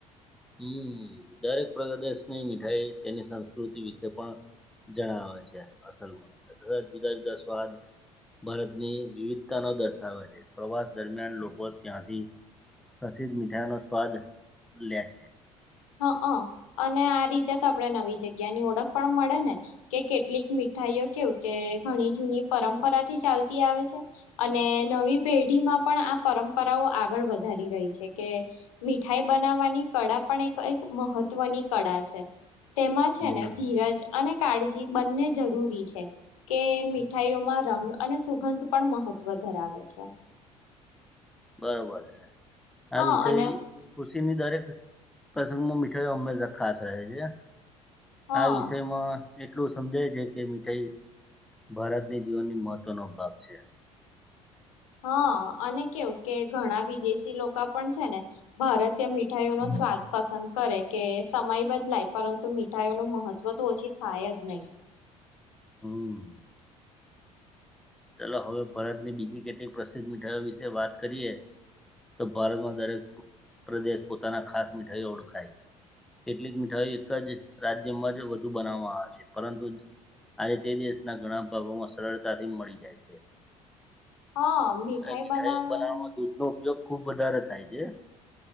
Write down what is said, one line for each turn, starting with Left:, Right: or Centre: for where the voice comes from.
Centre: હમ દરેક પ્રગદશની મીઠાઈ તેની સંસ્કૃતિ વિશે પણ જણાવે છે. અસલમાં તથા જુદા જુદા સ્વાદ ભારતની વિવિધતા ન દર્શાવે છે. પ્રવાસ દરમિયાન લોકો ત્યાંથી પ્રસિદ્ધ મીઠાઈ નો સ્વાદ લે છે.
Left: હ હા, હ અને આ રીતે તો આપણે નવી જગ્યાની ઓળખ પણ મળે ને કે કેટલીક મીઠા ભાઈઓ કેવું કે ઘણી જૂની પરંપરા થી ચાલતી આવે છે અને નવી પેઢીમાં પણ આ પરંપરાઓ આગળ વધારી રહી છે, કે મીઠાઈ બનાવવાની કળા પણ એક મહત્વની કળા છે, તેમાં છે
Centre: હમ
Left: ને ધીરજ અને કાળજી બંને જરૂરી છે કે મીઠાઈઓમાં રંગ અને સુગંધ પણ મહત્વ ધરાવે છે.
Centre: બરોબર છે, આ
Left: હા
Centre: વિષય
Left: અને
Centre: ની દરેક પ્રસંગમાં મીઠાઈ હંમેશા ખાસ રહે છે.
Left: હા
Centre: આ વિષયમાં એટલું સમજાય છે કે મીઠાઈ ભારતની જીવનની મહત્વનો ભાગ છે.
Left: હા અને કેવું કે ઘણા વિદેશી લોકો પણ છે ને ભારતીય મીઠાઈઓ ન સ્વાદ પસંદ કરે કે સમય બદલાય પરંતુ મીઠાઈઓ ન મહત્વ તો ઓછી થાય જ નહી હ
Centre: હમ. ચાલલો હવે ભારતની બીજી કેટલીક પ્રસિદ્ધ મીઠાઈઓ વિશે વાત કરીએ. તો ભારતમાં દરેક પ્રદેશ પોતાના ખાસ મીઠાઈઓ ઓળખાય કેટલીક મીઠાઈ એક જ રાજ્યમાં જ વધુ બનાવવામાં આવે છે, પરંતુ આજે તે દેશના ઘણા ભાગોમાં સરળતાથી મળી જાય છે.
Left: હા મીઠાઈ
Centre: મીઠાઈઓ
Left: બનાવવા
Centre: બનાવવામાં દૂધ નો ઉપયોગ ખુબ વધારે થાય છે